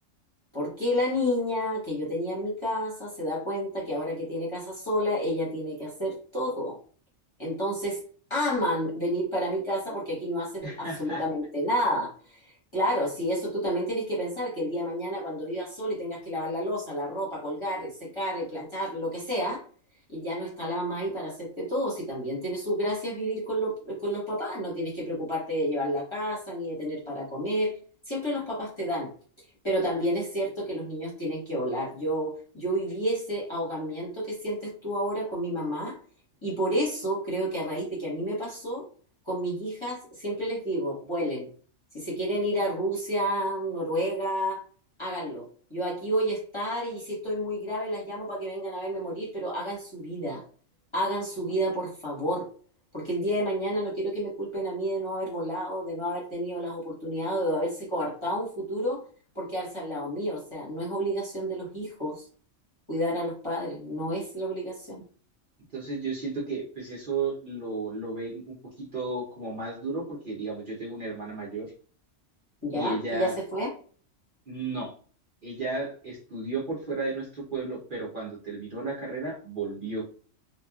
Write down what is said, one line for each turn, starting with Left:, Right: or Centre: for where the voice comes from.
Left: Porque la niña que yo tenía en mi casa se da cuenta que ahora que tiene casa sola, ella tiene que hacer todo. Entonces, aman venir para mi casa porque aquí no hacen
Right: <laughs>
Left: absolutamente nada. Claro, si eso tú también tienes que pensar que el día de mañana cuando vivas solo y tengas que lavar la loza, la ropa, colgar, secar, planchar, lo que sea, y ya no está la mamá ahí para hacerte todo, si también tiene sus gracias vivir con, lo- con los papás, no tienes que preocuparte de llevar la casa ni de tener para comer, siempre los papás te dan. Pero también es cierto que los niños tienen que volar. Yo, yo viví ese ahogamiento que sientes tú ahora con mi mamá y por eso creo que a raíz de que a mí me pasó, con mis hijas siempre les digo, vuelen si se quieren ir a Rusia, Noruega, háganlo. Yo aquí voy a estar y si estoy muy grave las llamo para que vengan a verme morir, pero hagan su vida, hagan su vida por favor, porque el día de mañana no quiero que me culpen a mí de no haber volado, de no haber tenido las oportunidades, de haberse coartado un futuro por quedarse al lado mío. O sea, no es obligación de los hijos cuidar a los padres, no es la obligación.
Right: entonces yo siento que pues eso lo, lo ven un poquito como más duro porque digamos yo tengo una hermana mayor
Left: ¿Ya?
Right: y ella
Left: ¿Que ya se fue?
Right: No, ella estudió por fuera de nuestro pueblo, pero cuando terminó la carrera volvió.